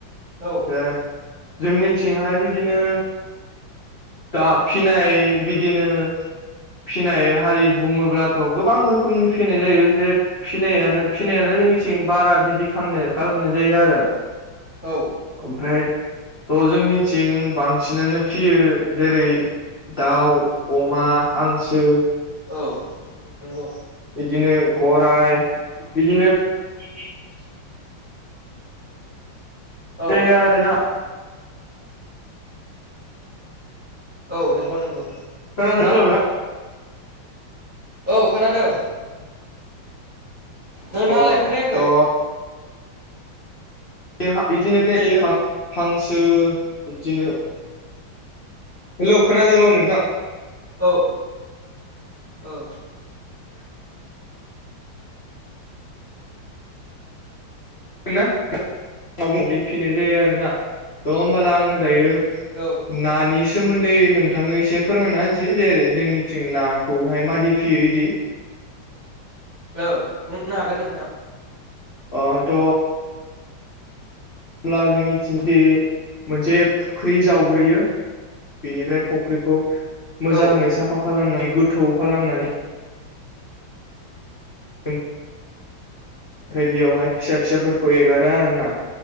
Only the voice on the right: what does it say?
औ
औ
औ नंगौ
<inaudible> औ
औ नंगौ नंगौ
औ खोनादों नोंथाङालाय
खोनायाखै
औ औ
औ
औ बुंनो हागोन नोंथां।
औ